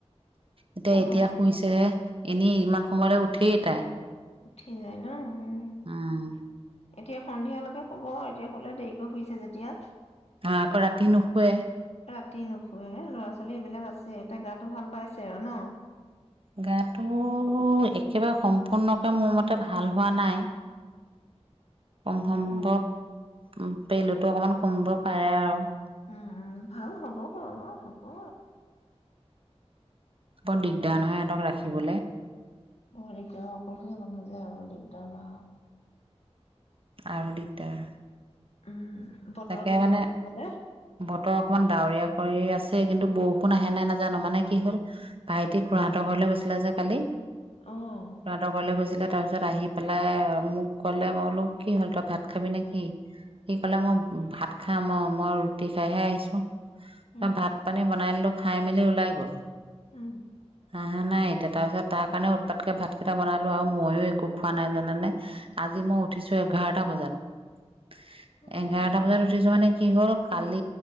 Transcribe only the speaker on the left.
অ',
উঠি যায় ন উ
এতিয়া সন্ধিয়ালৈকে শুৱ এতিয়া দেৰিকৈ শুইছে যেতিয়া
ৰাতি নুশুৱে ল'ৰা ছোৱালী এইবিলাক আছে এতিয়া গাতটো ভাল পাইছে আৰু ন
উম,
উম ভাল হ'ব বাৰু হ'ব
বৰ দিগদাৰ অকলশালি মানুহ যে আৰু দিগদাৰ বা
উম বতৰ
কেনেকুৱা
সেফালে
অ'।
উম
উম
উ
অ